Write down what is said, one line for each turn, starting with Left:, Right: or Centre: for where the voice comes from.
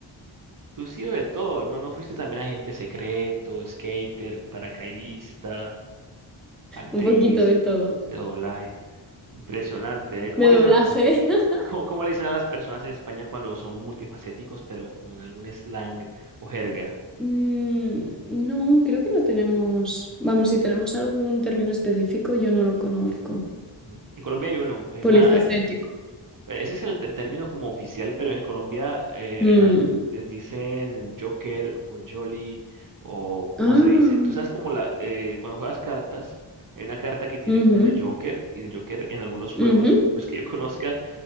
Right: Tú has sido de todo, ¿no? ¿No fuiste también agente secreto, skater, paracaidista, actriz
Centre: Un poquito de todo,
Right: de doblaje? Impresionante, ¿eh? ¿Cómo
Centre: de
Right: le dicen,
Centre: doblaje. <laughs>
Right: ¿Cómo, cómo le dicen a las personas en España cuando son multifacéticos, pero con algún slang o jerga?
Centre: Mm, no, creo que no tenemos, vamos, si tenemos algún término específico, yo no lo conozco.
Right: Mm, En Colombia hay uno, hay
Centre: Polifacético.
Right: una, hay- ese es el, el término como oficial, pero en Colombia eh,
Centre: Mm,
Right: en al- les dicen Joker o Jolly o cómo
Centre: Ah,
Right: se dice. Tú sabes como la, eh, cuando juegas cartas, hay una carta que tiene
Centre: ujú,
Right: como el Joker y el Joker en algunos juegos,
Centre: ujú.
Right: pues que yo <laughs> conozca,